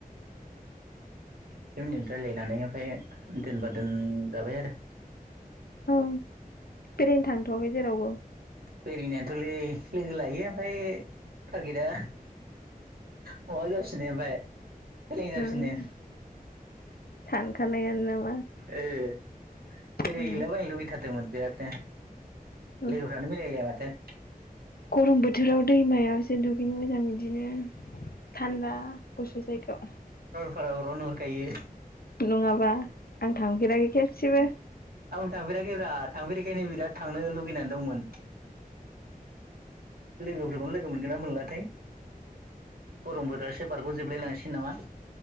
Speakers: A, on the right; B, on the left.
A: से मिनिट रायलायनानै ओमफाय दोनबा दोनजाबाय आरो।
B: औ। बेरायनो थांथ'वाखै जेरावबो।
A: बेरायनायथ'लै लोगो लायो ओमफाय टारगेटआ माबा जासिनो ओमफाय। फेलें जाफिनो।
B: उम सानखानायानो ना
A: ए। बेराय
B: उम
A: हैला बायनो लुगै थारदोंमोन बिराद। <unintelligible>
B: औ
A: लोगोफ्रानो मिलायलाया माथो।
B: गरम बोथोराव दैमायाव एसे दुगैनो मोजां बिदिनो थान्दा गुसु जायगायाव।
A: पाहारावल नुहुरखायो।
B: नङाबा। आं थांफेराखै खेबसेबो।
A: थांफेराखै रा थांफेरिखायनो बिराद थांनो लुगैनानै दंमोन। लोगोफोरखौनो लोगो मोनगोन ना मोनलाथाय, गम बोथोरासो बारग' जोबलाय लांनोसै नामा?